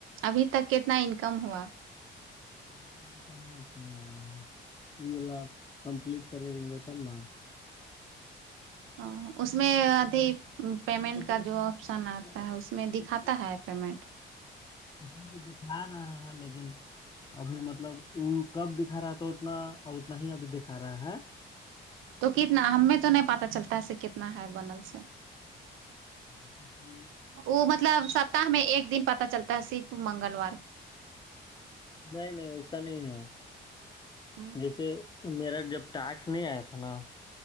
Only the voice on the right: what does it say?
ابھی تک کتنا انکم ہوا
ا اس میں ادھی پیمنٹ
کا
جو آپشن آتا
ہے اس میں
دکھاتا
ہے پیمنٹ
تو کتنا ہمیں تو نہیں پتہ چلتا ہے ایسے کتنا ہے بنل سے
وہ مطلب سپتاہ میں ایک دن پتا چلتا ہے صرف منگلوار
ہون